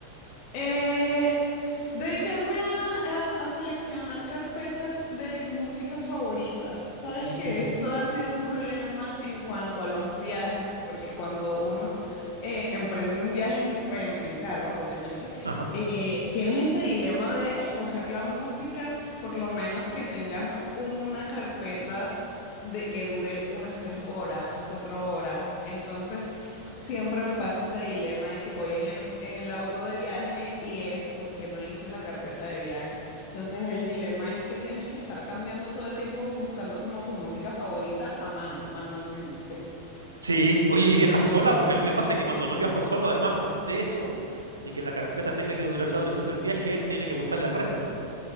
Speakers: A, on the left; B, on the right.
A: Eh, dedicarme a, a- a seleccionar carpetas de música favorita. Sabes
B: Oh,
A: que
B: mira.
A: eso ha sido un problema en cuanto a los viajes, porque cuando uno eh, emprende un viaje en, en- en carro, obviamente,
B: Ajá.
A: eh, tienes ese dilema de escoger la música, por lo menos que tengas una carpeta de que dure unas tres horas, cuatro horas. Entonces... Siempre me pasa ese dilema de que voy en el, en el auto de viaje y es porque no hice la carpeta de viaje. Entonces el dilema es que tienes que estar cambiando todo el tiempo buscando como tu música favorita a mano, manualmente.
B: Sí, oye, ¿y viajas sola? Porque a mí me pasa que cuando no viajo solo, además de eso, de que la carpeta tenga que durar la duración del viaje, tiene que gustarle al resto.